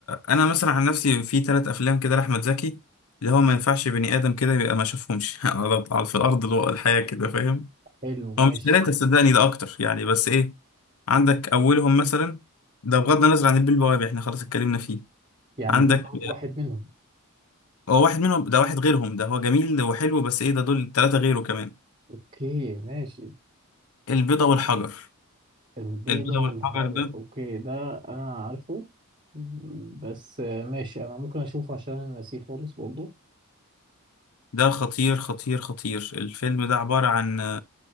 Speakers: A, on the left; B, on the right.
A: انا مثلا عن نفسي في ثلاث افلام كده لاحمد زكي اللي هو ما ينفعش بني ادم كده يبقى ما شافهمش <laughs> على على- في الارض الواقع الحياة كده فاهم
B: حلو ماشي
A: هو مش ثلاثة صدقني ده أكتر يعني بس إيه عندك أولهم مثلا ده بغض النظر عن البيه البوابي إحنا خلاص اتكلمنا فيه
B: يعني
A: عندك
B: بيلبع واحد منهم
A: هو واحد منهم ده واحد غيرهم ده هو جميل وحلو بس إيه ده دول ثلاثة غيره كمان
B: اوكي ماشي
A: البيضة والحجر
B: البيضة
A: البيضة
B: والحجر
A: والحجر ده
B: اوكي ده انا عارفه م- بس آه، ماشي انا ممكن اشوفه عشان انا ناسيه خالص برضه
A: ده خطير خطير خطير الفيلم ده عبارة عن